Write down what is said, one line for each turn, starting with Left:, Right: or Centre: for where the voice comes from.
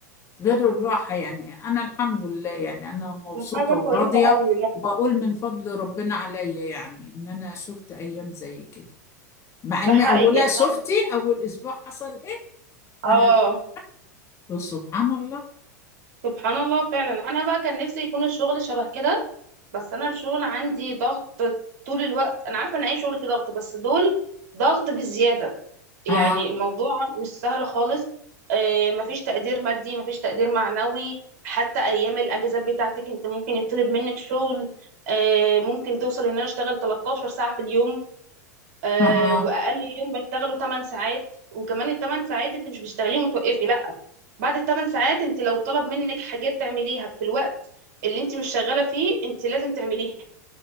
Left: غير الراحة يعني أنا الحمد لله يعني أنا مبسوطة
Right: دي حاجة
Left: وراضية
Right: كويسة أوي لا
Left: وبقول من فضل ربنا عليا يعني إن أنا شفت أيام زي كده مع إن
Right: ده حقيقي
Left: أولها
Right: يعني
Left: شفتي
Right: أنا
Left: أول أسبوع حصل إيه
Right: اه
Left: أنا شفت سبحان الله
Right: سبحان الله فعلا انا بقى كان نفسي يكون الشغل شبه كده بس انا الشغل عندي ضغط طول الوقت انا عارفة ان اي شغل فيه ضغط بس دول ضغط بالزيادة يعني
Left: آه
Right: الموضوع مش سهل خالص آه، مفيش تقدير مادي مفيش تقدير معنوي حتى ايام الاجازات بتاعتك انت ممكن يطلب منك شغل آه، ممكن توصل ان انا اشتغل 13 ساعه في اليوم آه،
Left: آه
Right: واقل يوم بشتغله 8 ساعات وكمان ال 8 ساعات انت مش بتشتغليهم وتوقفي لا بعد الثمان ساعات انت لو طلب منك حاجات تعمليها في الوقت اللي انت مش شغاله فيه انت لازم تعمليها